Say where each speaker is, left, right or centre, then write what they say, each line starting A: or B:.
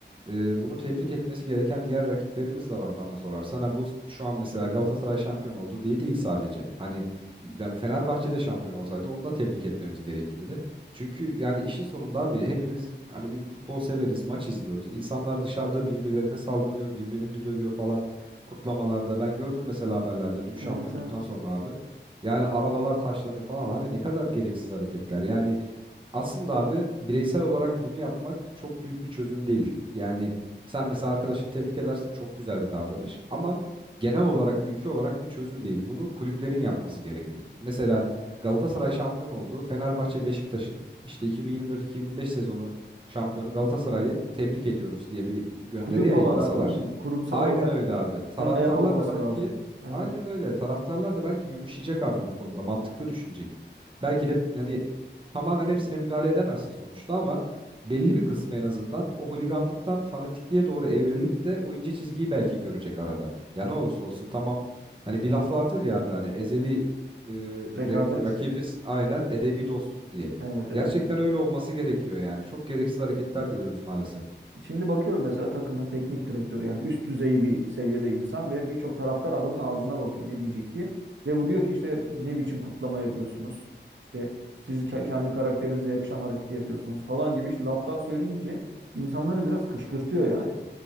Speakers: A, on the right; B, on the right.
A: e, bunu tebrik etmesi gereken diğer rakiplerimiz de var bana sorarsan. Ha, bu s- şu an mesela Galatasaray şampiyon oldu diye değil sadece. Hani ben Fenerbahçe'de şampiyon olsaydı onu da tebrik etmemiz gerekirdi. Çünkü yani işin sonunda abi hepimiz hani bir futbol severiz, maç izliyoruz. İnsanlar dışarıda birbirlerine saldırıyor, birbirini dövüyor falan kutlamalarda. Ben gördüm mesela haberlerde dün şampiyonluktan
B: Evet evet.
A: sonra abi. Yani arabalar taşlanıyor falan abi ne kadar gereksiz hareketler. Yani aslında abi bireysel olarak bunu yapmak çok büyük bir çözüm değil. Yani sen mesela arkadaşını tebrik edersin. Çok güzel bir davranış ama genel olarak ülke olarak bir çözüm değil. Bunu kulüplerin yapması gerekiyor. Mesela Galatasaray şampiyon oldu. Fenerbahçe Beşiktaş'ın işte 2024-2025 sezonu şampiyonu Galatasaray'ı tebrik ediyoruz diye bir gönderi
B: Kulüp
A: yayınlasalar.
B: olarak değil mi? Kurumsal
A: Aynen
B: olarak
A: öyle
B: bir
A: abi. Taraftarlar
B: ön ayak olması
A: da belki
B: lazım. Evet.
A: aynen öyle. Taraftarlar da belki yumuşayacak abi bu konuda. Mantıklı düşünecek. Belki de hani tamamen hepsine müdahale edemezsin sonuçta ama belli bir kısmı en azından o holiganlıktan fanatikliğe doğru evrilip de o ince çizgiyi belki görecek arada. Ya ne olursa olsun tamam hani bir laf vardır ya abi hani ezeli e,
B: Rekabet.
A: rak- rakibiz aynen edebi dostluk diye.
B: Evet evet.
A: Gerçekten öyle olması gerekiyor yani. Çok gereksiz hareketler görüyoruz maalesef.
B: Şimdi bakıyorum mesela takımın teknik direktörü yani üst düzey bir seviyede insan ve birçok taraftar adamın ağzına bakıyor ne diyecek diye. Ve bu diyor ki işte ne biçim kutlama yapıyorsunuz? İşte siz ke- kendi karakterinize yakışan hareketi yapıyorsunuz falan gibi laflar söyleyince insanları biraz kışkırtıyor yani.